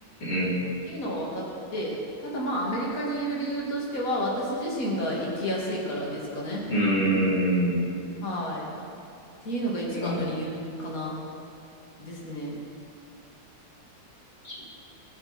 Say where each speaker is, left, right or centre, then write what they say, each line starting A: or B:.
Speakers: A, on the left; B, on the left.
A: ん、
B: ていうのを分かってて、ただまあ、アメリカにいる理由としては、私自身が生きやすいからですかね。
A: うん、うん。うー
B: はい。っていうのが一番の理由かな、
A: ん。なるほど。
B: ですね。
A: そう